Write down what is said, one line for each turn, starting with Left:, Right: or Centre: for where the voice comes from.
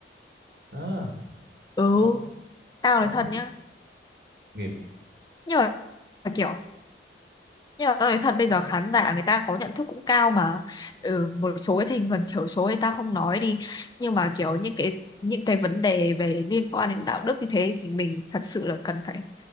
Right: đó
Left: ừ,
Right: xong
Left: tao nói
Right: xong
Left: thật nhá.
Right: nghiệp
Left: Nhưng mà kiểu, nhưng mà tao nói thật bây giờ khán giả người ta có nhận thức cũng cao mà. Ừ, một số cái thành phần thiểu số thì tao không nói đi. Nhưng mà kiểu những cái những cái vấn đề về liên quan đến đạo đức như thế thì mình thật sự là cần phải